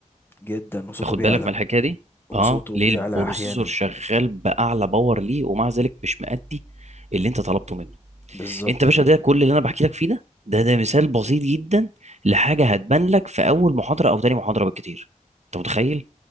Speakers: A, on the left; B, on the right.
A: جدا وصوته
B: ياخد
A: بيعلى
B: بالك من الحكايه دي
A: وصوته
B: اه ليه
A: بيعلى
B: البروسيسور
A: احيانا
B: شغال باعلى باور ليه ومع ذلك مش مأدي اللي انت طلبته منه
A: بالظبط
B: انت يا
A: كده
B: باشا ده كل اللي انا بحكي لك فيه ده ده ده مثال بسيط جدا لحاجه هتبان لك في اول محاضره او تاني محاضره بالكتير انت متخيل